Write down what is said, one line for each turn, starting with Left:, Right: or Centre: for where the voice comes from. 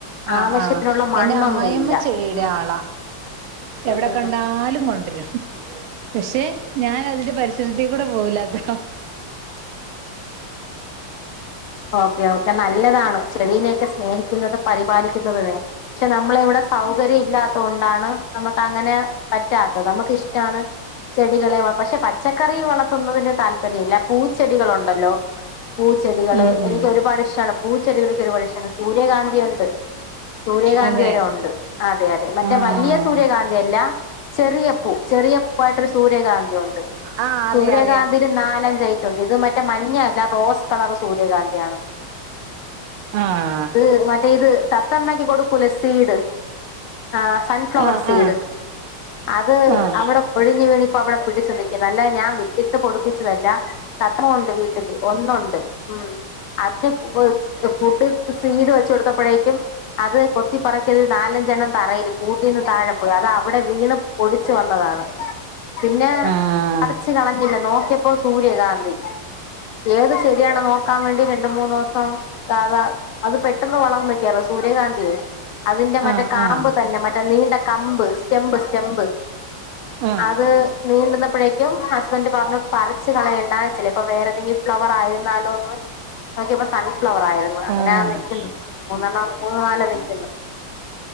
Right: ആ
Left: ആവശ്യത്തിനുള്ള
Right: ആഹ്
Left: മണ്ണൊന്നും
Right: എന്റെ അമ്മായിയമ്മ
Left: ഇല്ല
Right: ചെടിയുടെ
Left: ഉം
Right: ആളാ
Left: ഉം
Right: എവിടെ
Left: ഉം
Right: കണ്ടാലും കൊണ്ടരും പക്ഷേ ഞാൻ അതിന്റെ പരിസർത്തീകൂടെ പോവൂല അതോ
Left: ആ ഓക്കെ ഓക്കെ നല്ലതാണ് ചെടീനെയൊക്കെ സ്നേഹിക്കുന്നുന്നതും പരിപാലിക്കുന്നതുവേ പക്ഷേ നമ്മള ഇവിടെ സൗകര്യം ഇല്ലാത്തോണ്ടാണ് നമുക്ക് അങ്ങനെ പറ്റാത്തത് നമുക്ക് ഇഷ് ടാണ് ചെടികളെ പക്ഷേ പ പച്ചക്കറി വളർത്തുന്നതിന് താല്പര്യം ഇല്ല പൂച്ചെടികളുണ്ടല്ലോ പൂച്ചെടികള്
Right: ഉം ഉം
Left: എനിക്ക് ഒരുപാട് ഇഷ്ടാണ് പൂച്ചെടികളൊക്കെ ഒരുപാട് ഇഷ്ടാണ് സൂര്യകാന്തി ഉൺ ണ്ട് സൂര്യകാന്തി
Right: അതെ
Left: വരെ ഉണ്ട് അതെ അതെ മറ്റേ
Right: ആഹ്
Left: വല്ലിയ സൂര്യകാന്തിയല്ല ചെറിയ പൂ ചെറിയ പൂവായിട്ടൊരു സൂര്യകാന്തി ഉണ്ട്
Right: ആഹ് അറിയാം
Left: സൂര്യകാന്തില്
Right: അറിയാം
Left: നാലഞ്ച് ഐറ്റുണ്ട് ഇത് മറ്റേ മഞ്ഞ അല്ല റോസ് കളറ് സൂര്യകാന്തി <unintelligible>
Right: ആഹ്
Left: അത് മറ്റേ ഇത് തത്തമ്മക്ക് കൊടുക്കൂലെ സീട് ആ സൺഫ്ലവർ
Right: ആഹ്
Left: സീഡ് അത്
Right: ആഹ് ആഹ്
Left: അവിടെ കൊഴിഞ്ഞു വീണി അവിടെ പിടിച്ച് നി നല്ല ഞാൻ വിത്തിട്ട് കൊടു പ്പിച്ചതല്ല സത്രമുണ്ട് വീട്ടില് ഒന്നുണ്ട് ഉം അത് <unintelligible> സീഡ് വെച്ച കൊടുത്തപ്പൊഴേക്കും അത് കൊത്തിപ്പറക്കി അതി നാലഞ്ചെണ്ണം തറയിൽ കൂട്ടീന്ന് താഴെ പോയി അത് അവിടെ വീണ് പൊടിച്ചു വന്നതാണ് പിന്നെ
Right: ആഹ് ആഹ്
Left: പറിച്ച് കളഞ്ഞില്ല നോക്കിയ ഇപ്പോ സൂര്യകാന്തി ഏത് ചെടിയാണ് നോക്കാൻ വേണ്ടി രണ്ട് മൂന്ന് ദിവസം സാധ അത് പെട്ടെന്ന് വളർന്നക്കെയറും സൂര്യകാന്തിയേ അതിന്റെ മറ്റേ
Right: ആഹ്
Left: കാമ്പ്
Right: ആഹ്
Left: തന്നെ മറ്റേ നീണ്ട കമ്പ് സ്റ്റെമ്പ് സ്റ്റെംമ്പ്
Right: ആഹ്
Left: അത് നീണ്ടുന്ന അപ്പോഴേക്കും ഹസ്ബൻ്റ് പറഞ്ഞു പറിച്ച് കളയണ്ട ചിലപ്പൊ വേറേതെങ്കി ഫ്ലവർ ആയിരുന്നാലോന്ന് നോകിയപ്പ സൺ ഫ്ലവർ ആയിരുന്ന് അങ്ങനാ
Right: ആഹ്
Left: ആ നിക്കുന്ന് മൂന്നെണ്ണം മൂന്ന് നാല് നിക്കുന്ന്